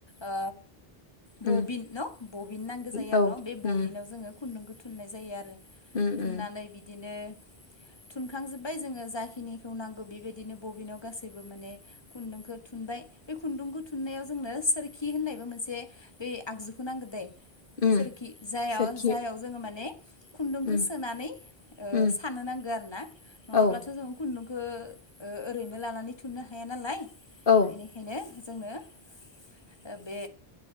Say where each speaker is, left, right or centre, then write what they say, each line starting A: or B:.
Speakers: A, on the left (about 25°); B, on the left (about 60°).
A: ओ बबिन
B: उम
A: न बबिन नांगौ जायो
B: औ
A: आरो न बे बबिनाव
B: उम
A: जोङो खुन्दुंखौ थुननाय जायो आरो थुननानै
B: उम उम
A: बिदिनो थुनखांजोब्बाय जोङो जाखिनिखौ नांगौ बेबायदिनो बबिनाव गासैबो माने खुन्दुंखौ थुनबाय बे खुन्दुंखौ थुननायाव जोंनो सोरखि होननायबो मोनसे बे आगजुखौ नांगो दे।
B: उम
A: सोरखि जाय
B: सोरखि
A: जायाव जोङो माने खुन्दुंखौ
B: उम
A: सोनानै ओ
B: उम
A: सानो नांगो आरो ना नङाब्लाथ'
B: औ
A: जों खुन्दुं ओ ओरैनो लानानै थुननो हाया नालाय,
B: औ
A: बेनिखायनो जोंनो ओ बे